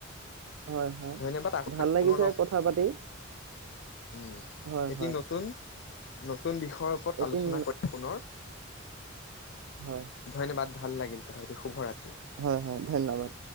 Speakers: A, on the right (about 80°); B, on the left (about 60°).
A: হয় হয়
B: ধন্যবাদ আকৌ
A: ভাল লাগিছে
B: পুনৰ লগ
A: কথা পাতি।
B: উম
A: হয়
B: এটি
A: হয়
B: নতুন, নতুন বিষয়ৰ ওপৰত
A: এদিন
B: আলোচনা কৰিম পুনৰ।
A: হয়।
B: ধন্যবাদ ভাল লাগিল কথা পাতি শুভৰাতি।
A: হয় হয় ধন্যবাদ।